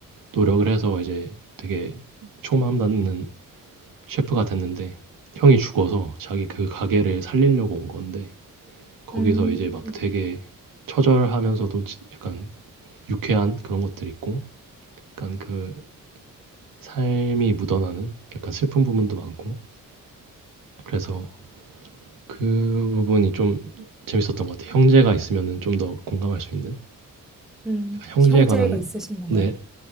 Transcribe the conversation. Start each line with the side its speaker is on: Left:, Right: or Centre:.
Right: 노력을 해서 이제 되게 총망 닿는 셰프가 됐는데 형이 죽어서 자기 그 가게를 살리려고 온 건데 거기서
Centre: 음,
Right: 이제 막 되게 처절하면서도 지- 약간 유쾌한 그런 것들 있고 약간 그 삶이 묻어나는 약간 슬픈 부분도 많고 그래서 그 부분이 좀 재밌었던 것 같아요. 형제가 있으면은 좀 더 공감할 수 있는
Centre: 음.
Right: 약간 형제에
Centre: 형제가
Right: 관한
Centre: 있으신 건가요?
Right: 내